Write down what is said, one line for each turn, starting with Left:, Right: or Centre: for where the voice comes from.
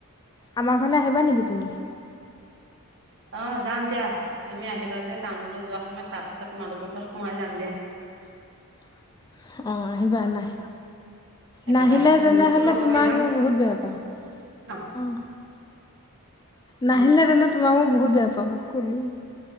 Left: আমাৰ ঘৰলৈ আহিবা নেকি তুমি
Right: অ যাম দিয়া তুমি আহিবা যে টাউনলৈ যোৱা সময়ত তাৰ পাছত তোমালোকৰ ঘৰত সোমাই যাম দিয়া
Left: <inaudible> অ' আহিবা নাই।
Right: একেবাৰে
Left: নাহিলে তেনেহ'লে
Right: মুনুকো লগ
Left: তোমাক
Right: কৰি যাম
Left: মই বহুত বেয়া পাাম
Right: ন
Left: অ'। নাহিলে
Right: উম
Left: তেনে তোমাক মই বহুত বেয়া পাওঁ ক'লো